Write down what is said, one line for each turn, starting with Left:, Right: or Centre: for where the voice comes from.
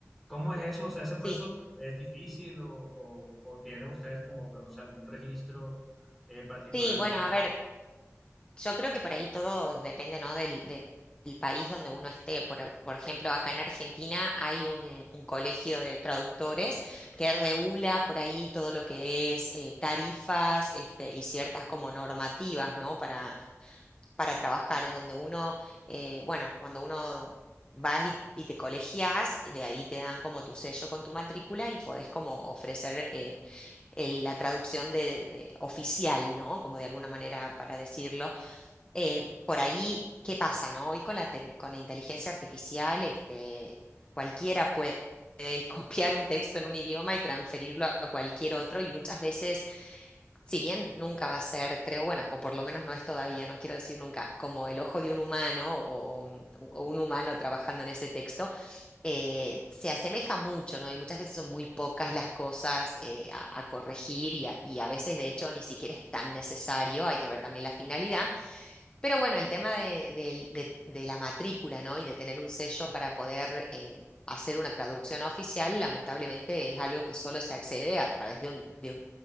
Centre: ¿Cómo es eso? O sea, ¿ese proceso
Left: Sí,
Centre: es difícil o, o- o tienen ustedes como que, no sé, algún registro eh, particular
Left: sí, bueno,
Centre: que...
Left: a ver, Yo creo que por ahí todo depende, ¿no? del, de- del país donde uno esté. Por, por ejemplo, acá en Argentina hay un, un colegio de traductores que regula por ahí todo lo que es eh, tarifas este, y ciertas como normativas, ¿no? Para, para trabajar, en donde uno, eh, bueno, cuando uno vas y, y te colegias, de ahí te dan como tu sello con tu matrícula y podés como ofrecer... eh, el- la traducción de, de oficial, ¿no? Como de alguna manera para decirlo eh, por ahí, ¿qué pasa, no? Hoy con la, tec- con la inteligencia artificial, este, cualquiera puede <laughs> copiar un texto en un idioma y transferirlo a cualquier otro, y muchas veces, si bien nunca va a ser, creo, bueno, o por lo menos no es todavía, no quiero decir nunca, como el ojo de un humano o, o un o un humano trabajando en ese texto, eh, se asemeja mucho, ¿no? Y muchas veces son muy pocas las cosas eh, a, a corregir y a, y a veces, de hecho, ni siquiera es tan necesario, hay que ver también la finalidad pero bueno, el tema de, del- de- de la matrícula, ¿no? Y de tener un sello para poder eh, hacer una traducción oficial, lamentablemente es algo que solo se accede a través de un, de un